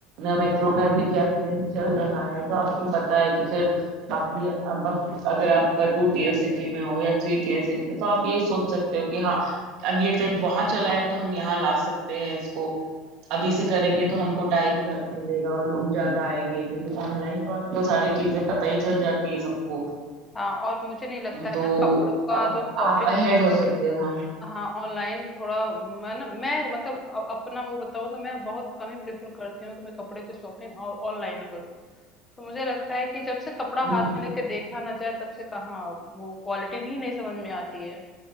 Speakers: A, on the right; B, on the left.
A: मेट्रो में अभी क्या ट्रेंड चल रहा है तो आपको पता है कि फिर बाकी अब अब अगर आप टू टीयर सिटी में हो या थ्री टीयर सिटी में तो आप ये सोच सकते हो कि हाँ अब ये ट्रेंड वहां चला है तो हम यहाँ ला सकते हैं इसको अभी से करेंगे तो हमको टाइम ज्यादा मिलेगा और लोग ज्यादा आएंगे क्योंकि ऑनलाइन तो आजकल सारी चीजें पता ही चल जाती है सबको
B: हाँ और मुझे नहीं लगता है
A: तो
B: ना कपड़ों का
A: आप
B: जो शॉपिंग
A: आप अहेड
B: वगैरह
A: हो सकते हो हाँ
B: हाँ ऑनलाइन थोड़ा मैं ना मैं मतलब अ- अपना वो बताऊँ तो मैं बहुत कम ही प्रेफर करती हूँ कि मैं कपड़े की शॉपिंग ऑनलाइन करूँ तो मुझे लगता है कि जब से कपड़ा
A: हम्म
B: हाथ में लेके देखा ना जाए तब से कहाँ वो क्वालिटी नहीं नहीं समझ में आती है